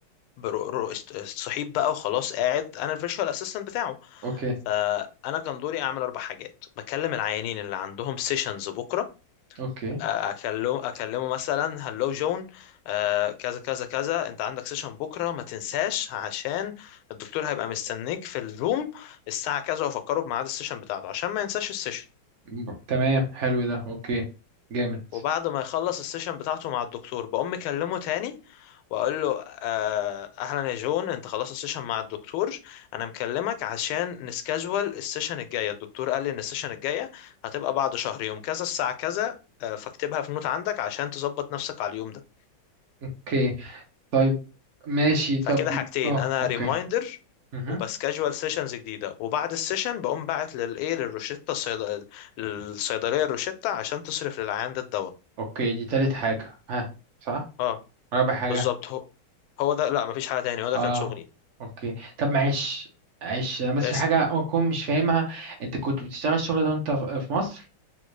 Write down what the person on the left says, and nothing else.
برو- رو- است- صحيت بقى وخلاص قاعد انا الفيرتشوال اسيستنت بتاعه
فانا كان دوري اعمل اربع حاجات بكلم العيانين اللي عندهم سيشنز بكره
آه، اكلم اكلمه مثلا هلو جون آه، كذا كذا كذا انت عندك سيشن بكره ما تنساش عشان الدكتور هيبقى مستنيك في الروم الساعه كذا وافكره بميعاد السيشن بتاعته عشان ما ينساش السيشن
وبعد ما يخلص السيشن بتاعته مع الدكتور بقوم مكلمه تاني واقول له آه، اهلا يا جون انت خلصت السيشن مع الدكتور انا مكلمك عشان نسكاجوال السيشن الجايه الدكتور قال لي ان السيشن الجايه هتبقى بعد شهر يوم كذا الساعه كذا آه، فاكتبها في نوت عندك عشان تظبط نفسك على اليوم ده
فكده حاجتين
انا
ريمايندر
وبسكاجوال سيشنز جديده وبعد السيشن بقوم باعت للايه للروشتة الصيدليه للصيدليه الروشتة عشان تصرف للعيان ده الدواء
اه
بالظبط هو هو ده لا مفيش حاجة تاني هو ده
كان شغلي
اسأل